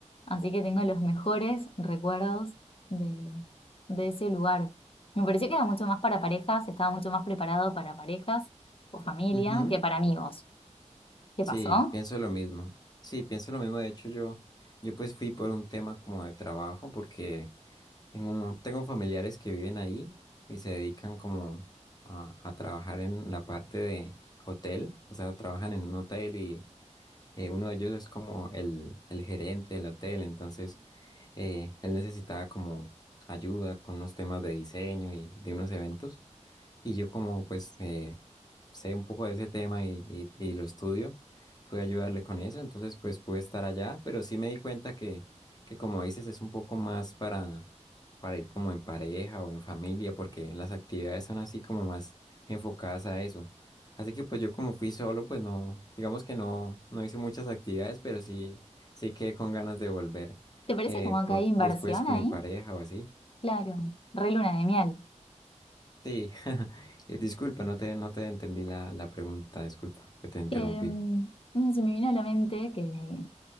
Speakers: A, on the left; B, on the left.
A: Así que tengo los mejores recuerdos de, de ese lugar. Me pareció que era mucho más para parejas, estaba mucho más preparado para parejas o familia
B: Ujú.
A: que para amigos. ¿Qué
B: Sí,
A: pasó?
B: pienso lo mismo. Sí, pienso lo mismo. De hecho, yo, yo pues fui por un tema como de trabajo, porque tengo, tengo familiares que viven ahí y se dedican como a, a trabajar en la parte de hotel. O sea, trabajan en un hotel y eh, uno de ellos es como el, el gerente del hotel. Entonces, eh, él necesitaba como ayuda con unos temas de diseño y de unos eventos. Y yo como pues eh, sé un poco de ese tema y, y- y lo estudio, fui a ayudarle con eso, entonces pues pude estar allá, pero sí me di cuenta que, que como dices es un poco más para, para ir como en pareja o en familia, porque las actividades son así como más enfocadas a eso. Así que pues yo como fui solo, pues no, digamos que no, no hice muchas actividades, pero sí, sí quedé con ganas de volver
A: ¿Te parece
B: eh,
A: como
B: pro-
A: que hay inversión
B: después con
A: ahí?
B: mi pareja o así.
A: Claro, re luna de miel.
B: Sí, <laughs> eh, disculpa, no te, no te entendí la, la pregunta, disculpa que te interrumpí.
A: Que mm, se me vino a la mente que